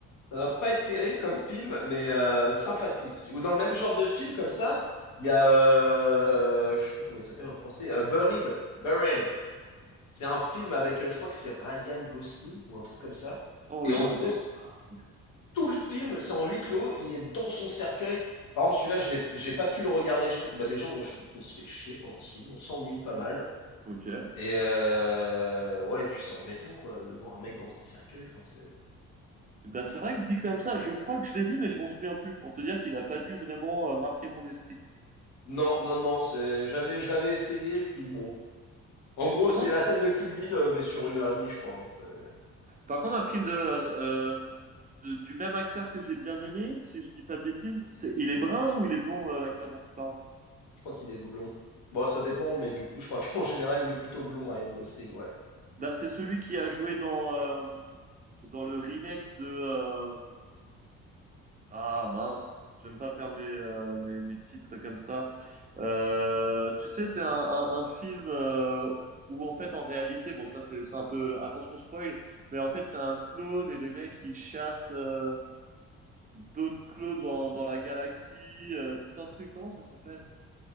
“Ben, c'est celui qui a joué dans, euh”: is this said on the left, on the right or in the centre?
Right